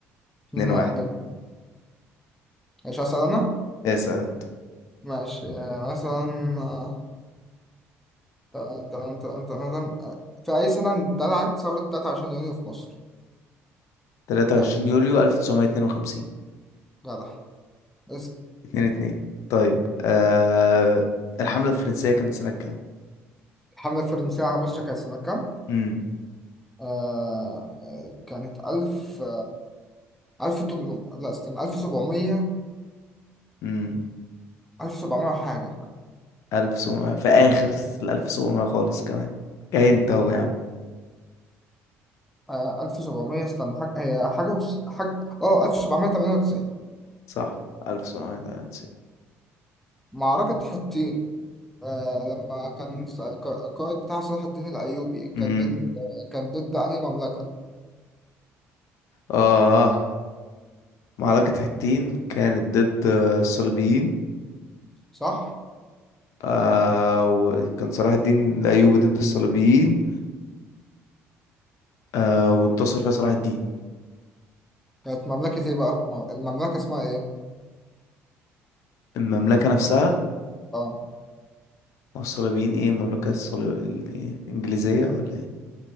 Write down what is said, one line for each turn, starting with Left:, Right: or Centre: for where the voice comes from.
Centre: اتنين
Left: اتنين
Centre: واحد
Left: واحد
Centre: ماشي هسأل أنا
Left: اسأل انت
Centre: ماشي آه، مثلا آه، تمام تمام تمام تمام تمام. في أي سنة اندلعت ثورة 23 يونيو في مصر؟
Left: تلاتة وعشرين
Centre: يعني
Left: يوليو ألف تسعمية اتنين وخمسين
Centre: جدع بس
Left: اتنين اتنين طيب آه... الحملة الفرنسية كانت سنة كام؟
Centre: الحملة الفرنسية على مصر كانت سنة كام؟
Left: امم
Centre: آه كانت ألف ألف تم... لا استنى ألف سبعمية
Left: امم
Centre: ألف سبعمية حاجة
Left: ألف سبعمية في آخر الألف سبعمية خالص كمان كاين أهو يا عم
Centre: آه ألف سبعمية استنى حاجة هي حاجة وس... حاجة أه ألف سبعمية تمانية وتسعين
Left: صح ألف سبعمية تمانية وتسعين
Centre: معركة حطين آه لما كان س- ك- القائد بتاع صلاح الدين الأيوبي كان
Left: امم
Centre: ضد كان ضد أنهي مملكة
Left: آه معركة حطين كانت ضد الصليبيين
Centre: صح؟
Left: آه... وكان صلاح الدين الأيوبي ضد الصليبيين آه... وانتصر فيها صلاح الدين
Centre: كانت مملكة إيه بقى؟ مم- المملكة اسمها إيه؟
Left: المملكة نفسها
Centre: آه.
Left: هو الصليبيين ايه المملكة الصليب ال- ايه الإنجليزية ولا ايه